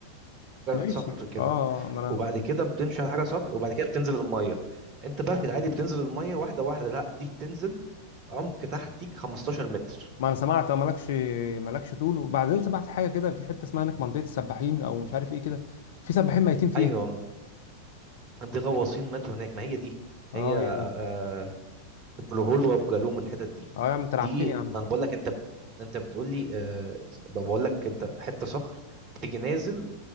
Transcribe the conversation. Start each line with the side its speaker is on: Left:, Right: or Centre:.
Left: ماشي
Right: صخر كده
Left: اه ما انا
Right: وبعد كده بتمشي على حاجه صخر وبعد كده بتنزل الميه انت بقى في العادي بتنزل الميه واحده واحده لا دي بتنزل عمق تحتيك 15 متر
Left: ما انا سمعت اه مالكش مالكش طول وبعدين سمعت حاجه كده في حته اسمها هناك منطقه السباحين او مش عارف ايه كده في سباحين ميتين فيها
Right: ايوه ما- دي غواصين ماتوا هناك ما هي دي
Left: اه
Right: هي آه
Left: هي دي
Right: البلو هول وابو جالوم الحتت دي
Left: اه يا عم انت
Right: دي
Left: لعبتني يا عم
Right: ما انا بقول لك انت انت بتقول لي آه بقول لك انت حته صخر وبتيجي نازل